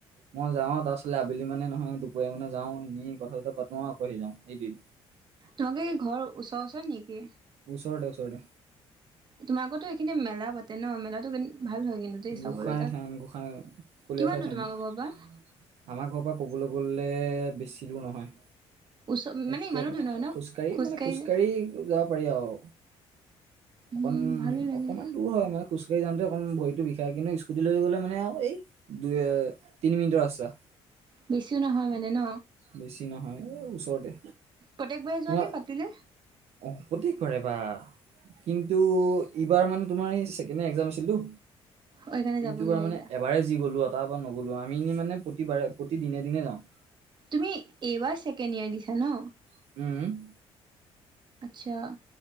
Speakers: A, on the right; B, on the right.
A: মই যাওঁ তাৰপছত আবেলি মানে নহয় দুপৰীয়া মানে যাওঁ এনেই কথা চথা পাতো আৰু আকৌ আহিযাওঁ সেইটোৱে। <inaudible>
B: তোমালোকে কি ঘৰৰ ওচৰ ওচৰত নেকি?
A: ওচৰতে ওচৰতে
B: তোমাৰ আগতো এইখিনি মেলা পাতে ন মেলাটো ভাল হয় কিন্তু। দেই চাবলৈ
A: গোঁসাই
B: তাত।
A: থান গোঁসাই কলসাই
B: কিমান দূৰ
A: থান।
B: তোমালোকৰ
A: আমাৰ
B: ঘৰৰ পৰা
A: ঘৰৰ পৰা ক'বলৈ গ'লে বেছি দূৰ নহয়।
B: ওচৰ মানে
A: একেবাৰে
B: ইমানো দূৰ নহয় ন
A: খোজকাঢ়ি মানে খোজকাঢ়ি
B: যে?
A: যাব পাৰি আৰু
B: উম
A: অকণ
B: ভালে লাগে
A: অকনমান দূৰ হয় মানে খোজকাঢ়ি যাওঁতে অকণ ভৰিতো বিষ, তাত কিন্তু স্কুটি লৈ গ'লে মানে আৰু এই দুই এ তিনি মিনিটৰ ৰাস্তা।
B: বেছিও নহয় মানে ন?
A: বেছি নহয় এই ওচৰতে।
B: প্ৰত্যেক বাই যোৱা
A: তোমাৰ
B: নে পাতিলে।
A: অ প্ৰত্যেকবাৰে বা কিন্তু এইবাৰ মানে তোমাৰ এই ছেকেণ্ডৰীয়েৰ এক্সাম আছিলতো।
B: সেইকাৰণে যাব
A: এইটো
B: নোৱাৰিলা
A: বাৰ মানে এবাৰে যি গ'লো তাৰ পৰা নগলো আমি এনে মানে প্ৰতিবাৰে প্ৰতি দিনে দিনে যাওঁ।
B: তুমি এইবাৰ ছেকেণ্ড ইয়ে দিছা ন।
A: উম,
B: আচ্ছা,